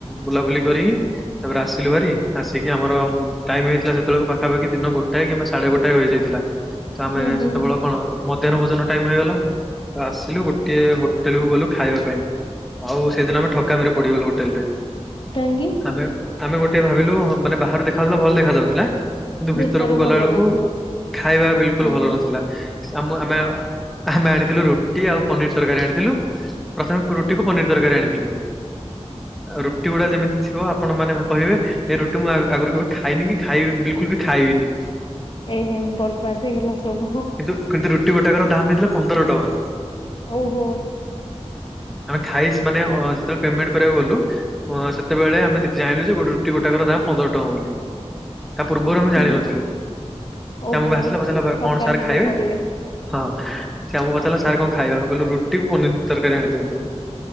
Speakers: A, in the centre; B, on the left (about 45°).
A: ବୁଲାବୁଲି କରିକି ତାପରେ ଆସିଲୁ ଭାରି। ଆସିକି ଆମର ଟାଇମ ହେଇଥିଲା ସେତେବେଳକୁ ପାଖାପାଖି ଦିନ ଗୋଟାଏ କିମ୍ବା ସାଢେ ଗୋଟାଏ ହେଯାଇଥିଲା। ତ ଆମେ
B: ହୁଁ ହୁଁ
A: ସେତେବେଳେ କଣ ମଧ୍ୟାହ୍ନ ଭୋଜନ ଟାଇମ ହେଇଗଲା ତ ଆସିଲୁ ଗୋଟିଏ ହ ହୋଟେଲକୁୁ ଗଲୁ ଖାଇବା ପାଇଁ ଆଉ ସେଦିନ ଆମେ ଠକାମିରେ ପଡିଗଲୁ ହୋଟେଲ ରେ।
B: କାହିଁକି?
A: ଆମେ ଆମେ ଗୋଟେ ଭାବିଲୁ ମାନେ ବାହାରୁ ଦେଖା ଯାଉଥିଲା ଭଲ ଦେଖା ଯାଉଥିଲା। କିନ୍ତୁ
B: ଭିତରେ
A: ଭିତରକୁ
B: ଭଲ
A: ଗଲା ବେଳକୁ।
B: ନଥିବ
A: ଖାଇବା ବିଲକୁଲ
B: ହୁଁ।
A: ଭଲ ନଥିଲା ଆମ ଆମେ ଆମେ ଆଣିଥିଲୁ ରୁ ରୁଟି ଆଉ ପନିର ତରକାରୀ ଆଣିଥିଲୁ ପ୍ରଥମେ ରୁଟି କୁ ପନିର ତରକାରୀ ଆଣିଥିଲୁ। ରୁଟି ଗୁଡା ଯେମିତି ଥିବ ଆପଣ ମାନେ କହିବେ। ଏ ରୁଟି ମୁଁ ଆଗରୁ କେବେ ଖାଇନି କି ଖାଇବି ବିଲକୁଲ ବି ଖାଇବନି।
B: ଏହେ ବରବାଦ ହେଇଗଲା ସବୁ।
A: କିନ୍ତୁ କିନ୍ତୁ ରୁଟି ଗଟାକର ଦାମ ହେଇଥିଲା ପନ୍ଦର ଟଙ୍କା।
B: ଓହୋ।
A: ଆମେ ଥାଇସ୍ ମାନେ ଯେତେବେଳେ ପେମେଣ୍ଟ କରିବାକୁ ଗଲୁ ସେତେବେଳେ ଆମେ ଯାଇଁଲୁ ଯେ ଗୋଟେ। ଗୋଟାକର ଦାମ ପନ୍ଦର ଟଙ୍କା ବୋଲି। ତା ପୂର୍ବରୁ ଆମେ ଜାଣିନଥିଲୁ
B: ହୁଁ ହୁଁ
A: ସେ
B: ଓହୋ।
A: ଆମକୁ ଆସିଲା ପଚାରିଲା
B: ଠକାମିରେ
A: କଣ ସାର୍ ଖାଇବେ।
B: ପଡିଲେ
A: ହଁ ସେ ଆମକୁ ପଚାରିଲା ସାର୍ କଣ ଖାଇବା ଆମେ କହିଲୁ ରୁଟିକୁ ପନିର ତରକାରୀ ଆଣିଦିଅନ୍ତୁ।